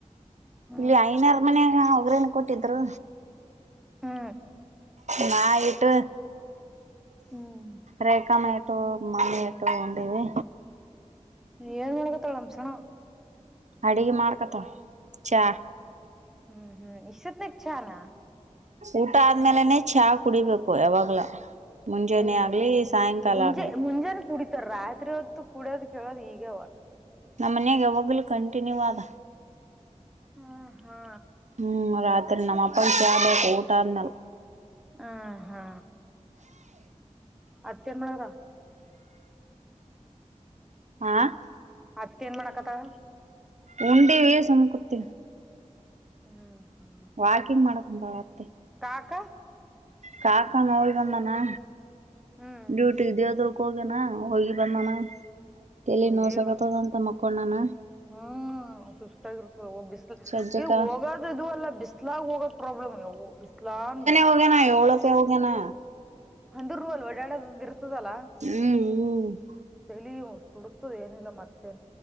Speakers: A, in the centre; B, on the right.
A: ಹ್ಮ್
B: ಇಲ್ಲಿ ಐನಾರ ಮನ ಒಗ್ರೇನ ಕೊಟ್ಟಿದ್ರು
A: ಹ್ಮ
B: ನ ಇಟ್ಟು
A: ಹ್ಮ್
B: ರೇಖಾ ಮಾಡ ಎಷ್ಟೋ ಮನೆ ಎಟ್ಟು ಒಂಡವಿ
A: ಏನ್ ಮಾಡ್ಕತ್ತಾಳಮ್ಸಣ
B: ಅಡಗೆ ಮಾಡ್ಕತ ಚಾ
A: ಹ್ಮ್ ಹ್ಮ್ ಇಷ್ಟತ್ ನಕ್ ಚಾನ
B: ಊಟ ಆದ್ಮೇಲೆನೆ ಚಹಾ ಕುಡಿಬೇಕು ಯಾವಾಗ್ಲ ಮುಂಜಾನೆ
A: ನಯ್ಯೇ
B: ಆಗ್ಲಿ ಸಾಯಂಕಾಲ
A: ಮುಂಜೆ
B: ಆಗ್ಲಿ
A: ಮುಂಜೆಾನ ಕುಡಿತಾರ ರಾತ್ರಿ ಹೊತ್ತು ಕುಡಿಯೋದ ಕೇಳೋದ್ ಈಗವ
B: ನಮ್ಮ ಮನ್ಯಾಗಾವೋಗ್ಲು ಕಂಟಿನ್ಯೂ ಆದ
A: ಹ್ಮ ಹಾ
B: ಹ್ಮ್ ರಾತ್ರಿ ನಮ್ಮ ಅಪ್ಪ ಚಾ ಬು ಊಟ ಆದ್ನಲ್ಲ
A: ಹ್ಮ ಹಾ ಹತ್ತೇನ್ ಮಾಡ್ರ
B: ಹಾ
A: ಅತ್ತೆ ಏನ್ ಮಾಡಕತರಾ
B: ಉಂಡೆವೇ ಸಂಕುತ್ತ
A: ಹ್ಮ್ ಹ್ಮ್
B: ವಾಕಿಂಗ್ ಮಾಡಕ್ ಒಂದಾಳತ್ತೆ
A: ಕಾಕಾ
B: ಕಾಕಾ ನೋಳಗಮ್ಮನಾ
A: ಹ್ಮ್
B: ಡ್ಯೂಟಿ ಇದೆಯದ್ರಕ್ಕ ಹೋಗ್ಯನಾ ಹೋಗಿ ಬಂದಾನ ತಲಿ
A: ಅಯ್ಯವ್ವ
B: ನೋಸಕತದ ಅಂತ ಮಕ್ಕೊಂಡ್ಣನ
A: ಹ್ಮ್ ಸುಸ್ತಾಗಿರ್ತದ ಬಿಸಲ
B: ಸಜ್ಜಕ
A: ಈ ಹೋಗದದು ಅಲ್ಲ ಬಿಸ್ಲಾಗ ಹೋಗತ್ತ ಪ್ರಬ್ಲಮ್ ಬಿಸ್ಲಾನ್
B: ಹೋಗನಾ ಏಳಕ್ಕೆ ಹೋಗನಾ
A: ಅಂದ್ರೂವಲ್ ಡಾಡದ್ದ ಇರ್ತದಲ್ಲಾ
B: ಹ್ಮ್ ಹ್ಮ್
A: ತಲಿ ಸುಡತದ ಏನಿಲ್ಲ ಮತ್ತೇ.